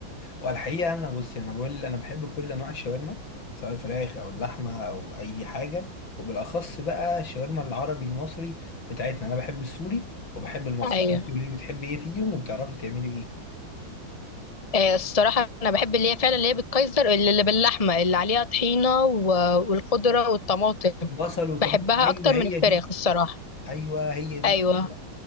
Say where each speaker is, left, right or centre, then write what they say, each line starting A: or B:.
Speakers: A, on the left; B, on the left.
A: والحقيقه انا بصي انا بقول انا بحب كل انواع الشاورما سواء الفراخ او اللحمه او اي حاجه وبالاخص بقى الشاورما العربي المصري بتاعتنا انا بحب السوري وبحب المصري
B: ايوه
A: انت قولي لي بتحبي ايه فيهم وبتعرفي تعملي ايه
B: آه الصراحه انا بحب اللي هي فعلا اللي هي بالكايزر اللي اللي باللحمه اللي عليها طحينه و- والخضره والطماطم
A: بصل وطماطم
B: بحبها
A: ايوه
B: اكتر
A: هي
B: من الفراخ
A: دي
B: الصراحه
A: ايوه هي دي
B: ايوه